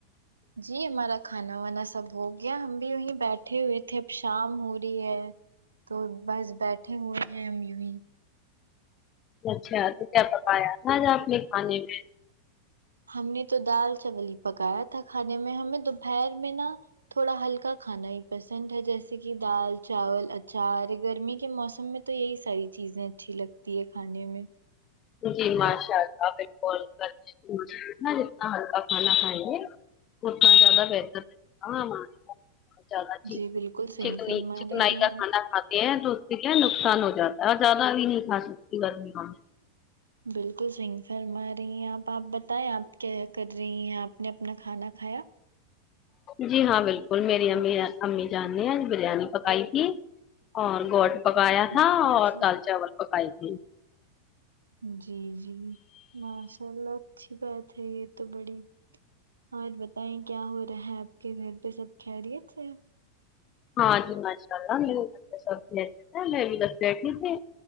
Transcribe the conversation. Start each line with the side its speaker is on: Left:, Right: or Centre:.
Right: جی ہمارا کھانا وانا سب ہو گیا ہم بھی وہیں بیٹھے ہوئے تھے اب شام ہو رہی ہے تو بس بیٹھے ہوئے ہیں ہم یو ہی
Left: اچھا تو کیا پکایا تھا آج آپ نے کھانے میں
Right: ہم نے تو دال چاول پکایا تھا کھانے میں ہمیں دوپہر میں نا تھوڑا ہلکا کھانا ہی پسند ہے جیسے کی دال چاول اچار گرمی کے موسم میں تو یہی ساری چیزیں اچھی لگتی ہے کھانے میں
Left: جی ماشاء اللہ بالکل جتنا ہلکا کھانا کھائیں گے اتنا زیادہ بہتر <unintelligible> <unintelligible>
Right: جی بالکل صحیح
Left: چکنی
Right: فرما
Left: چکنائی
Right: رہی
Left: کا
Right: ہیں آپ
Left: کھانا کھاتے ہیں تو ٹھیک ہے نقصان ہو جاتا ہے اور زیادہ بھی نہیں کھا سکتی گرمیوں میں
Right: بالکل صحیح فرما رہی ہیں آپ آپ بتائیں آپ کیا کر رہی ہیں آپ نے اپنا کھانا کھایا
Left: جی ہاں بالکل میری امی امی جان نے ہیں بریانی پکائی تھی اور گوڈ پکایا تھا
Right: جی
Left: اور
Right: جی
Left: دال چاول پکائی تھی
Right: جی جی ماشاء اللہ اچھی بات ہے یہ تو بڑی اور بتائیں کیا ہو رہا ہے آپ کے گھر پہ سب خیریت سے ہے
Left: ہاں جی ماشاء اللہ میرے گھر میں سب خیریت سے ہے میں بھی بس بیٹھی تھی